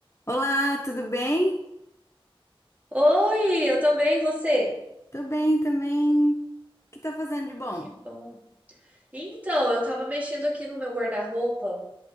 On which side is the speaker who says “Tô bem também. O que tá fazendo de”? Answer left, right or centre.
Left